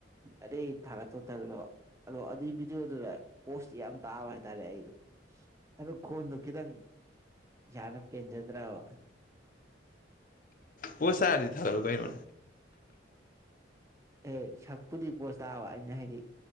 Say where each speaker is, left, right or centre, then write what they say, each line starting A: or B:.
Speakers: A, on the right; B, on the left.
A: ꯑꯗꯩ ꯊꯒꯠꯇꯧ ꯇꯜꯂꯕꯥ ꯑꯗꯣ ꯑꯗꯨꯏ ꯚꯤꯗꯤꯑꯣꯗꯨꯗ ꯄꯣꯁ ꯌꯥꯝ ꯇꯥꯕ ꯍꯥꯏꯇꯥꯔꯦ ꯑꯩꯗꯣ ꯑꯗꯨ ꯈꯣꯟꯗꯨ ꯈꯤꯇꯪ ꯌꯥꯅ ꯄꯦꯟꯖꯗ꯭ꯔꯕꯥ <inaudible>
B: ꯄꯣꯁ ꯇꯥꯔꯗꯤ ꯊꯒꯠꯂꯣ ꯀꯩꯅꯣ
A: ꯑꯦ ꯁꯛꯄꯨꯗꯤ ꯄꯣꯁ ꯇꯥꯕ ꯑꯩꯅ ꯍꯥꯏꯗꯤ